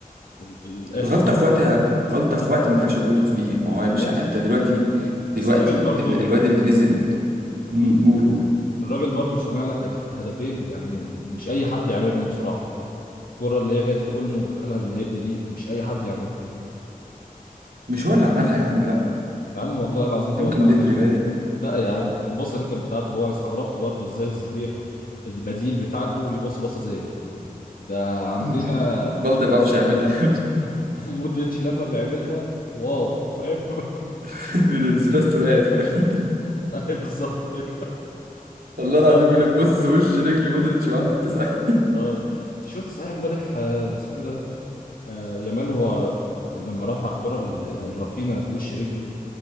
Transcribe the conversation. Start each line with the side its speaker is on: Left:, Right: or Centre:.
Left: في, ال... في الاخر
Right: غلطة
Left: دي
Right: في وقتها غلطة في وقت ما ينفعش تغلط فيه ما هو يا باشا
Left: ماشي
Right: انت دلوقتي دلوقتي
Left: بس الراجل برضو
Right: ال- الواد اللي نزل
Left: مم.
Right: قولوا
Left: الراجل برضو صانع لك هدف... هدفين يعني مش اي حد يعملهم بصراحه الكرة اللي هي جت لأولمو ودخلها بالهيد دي مش أي حد يعملها
Right: مش هو اللي عملها يا عم لا
Left: يا عم والله العظيم هو
Right: يمكن
Left: اللي عملها
Right: بدري بالي
Left: لا يا عم الباصة دي كانت بتاعته هو أنا استغربت برضو إزاي الظهير البديل بتاعكو يباصي باصة زي دي ده عندنا
Right: <laughs> بلدي ما بعرفش اعملها
Left: <laughs> مودريتش لما بيعملها واو فاهم <laughs>
Right: <laughs> بينزلها استوريات فاهم
Left: أيوة بالظبط كده
Right: والله العظيم
Left: بس
Right: بيقول لك بص وش رجلي مودريتش وعنده تسعة
Left: اه انت شفت صحيح امبارح آه، اسمه إيه ده آه، يامال هو لما رفع الكرة ل- لرافينا بوش رجله